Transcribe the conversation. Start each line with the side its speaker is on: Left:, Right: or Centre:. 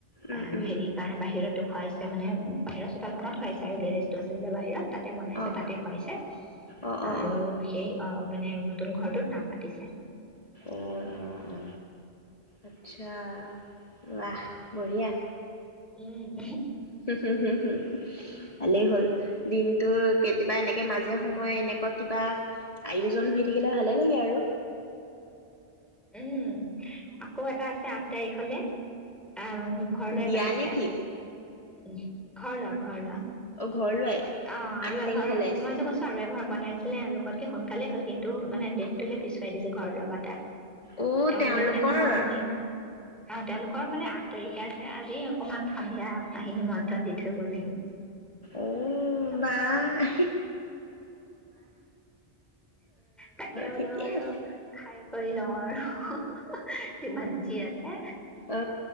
Left: উম,
Centre: অ
Left: উম, উম,
Centre: হেৰি কাৰনে বাহিৰত খুৱাইছে মানে উম বাহিৰত চোতখনত খুৱাইছে আৰু গেৰেজটো আছে যে বাহিৰত তাতে বনাইছে
Left: অ',
Centre: তাতে
Left: অ',
Centre: খুৱাইছে
Left: অ', অ', অ',
Centre: আৰু সেই অ অ মানে নতুন ঘৰটোত নাম পাতিছে
Left: অ অ অ আচ্ছা ৱাহ বঢ়িয়া
Centre: উম
Left: হ হু হু হুম ভালেই হ'ল দিনতটো কেতিয়াবা এনেকে মাজে সময়ে
Centre: উম
Left: এনেকুৱা কিবা আয়োজন হৈ থাকিলে ভালে লাগে আৰু
Centre: উম, আকৌ এটা আছে আঠ তাৰিখলে। আহ ঘৰ লোৱা
Left: বিয়া
Centre: পাতিছে
Left: নে
Centre: নি
Left: কি
Centre: <unintelligible> ঘৰ লোৱা ঘৰ লোৱা,
Left: অ ঘৰ লোৱাই
Centre: অ আৰু
Left: আঠ তাৰিখলে
Centre: এঘৰ
Left: আছে
Centre: মই যে কৈছো আৰু ঘৰ বনাইছিলে এওঁলোককে সোনকালে হ'ল কিন্তু মানে ডেটটোহে
Left: অ
Centre: পিছুৱাই দিছে ঘৰ লৱা পা
Left: অ
Centre: তেওঁলোকে
Left: তেওঁলোকৰ
Centre: মানে সোমাবহি অ', তেওঁলোকৰ মানে আঠ তাৰিখ ঠিকে আছে আজি অকনমান সন্ধিয়া আহি নিমন্ত্ৰণ দি থৈ গ'লহি।
Left: ঔ,
Centre: যাবৰ
Left: বাহ
Centre: কাৰণে তাকে বোলো
Left: ঠিকেই
Centre: আৰু
Left: আছে
Centre: খায় কৰি লওঁ আৰু। যিমান যি আছে
Left: অ